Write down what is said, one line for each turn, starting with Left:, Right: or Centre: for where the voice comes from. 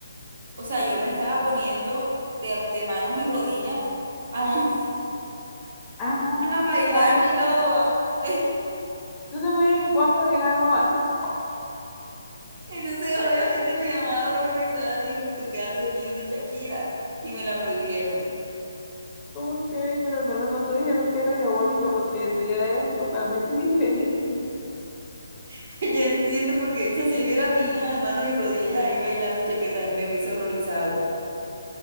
Right: O sea, yo me estaba poniendo de, de manos y rodillas a, <laughs>
Left: ah, ah,
Right: a bailar
Left: entonces,
Right: Loba. <laughs>
Left: entonces voy en cuatro de la loa. <laughs>
Right: Entonces, obviamente, mi mamá horrorizada dijo, ¿tú qué haces viendo Shakira? Y me la prohibieron.
Left: Ok, pero al menos no te dijeron que era diabólica, porque eso ya es totalmente <laughs> diferente.
Right: <laughs> Yo entiendo porque Isa, si viera a mi hija de manos y rodillas ahí bailando chequeo, también me hubiese horrorizado.